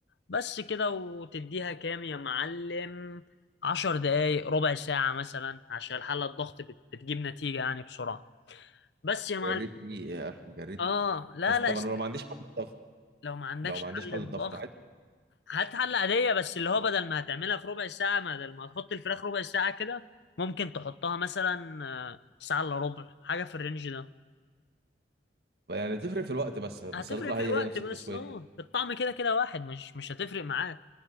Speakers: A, on the left; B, on the right.
A: بس كده وتديها كام يا معلم عشر دقايق ربع ساعة مثلا عشان الحلة الضغط بت- بتجيب نتيجة يعني بسرعة بس يا معلم
B: جريت ريقي يا اخي جريت
A: اه
B: ريقي.
A: لا
B: بس طبعا
A: لا اشت...
B: انا لو ما عنديش حل الضغط
A: لو ما عندكش
B: لو ما
A: حل
B: عنديش حل الضغط
A: الضغط
B: عادي
A: هات حل عادية بس اللي هو
B: يعني
A: بدل ما هتعملها في ربع ساعة بدل ما تحط الفراخ ربع ساعة كده ممكن تحطها مثلا آه، ساعة الا ربع حاجة في الرينج ده
B: يعني تفرق في الوقت بس بس
A: هتفرق
B: هتطلع
A: في
B: هي
A: الوقت
B: هي نفس
A: بس
B: التسويه
A: اه الطعم كده كده واحد مش مش هتفرق معاك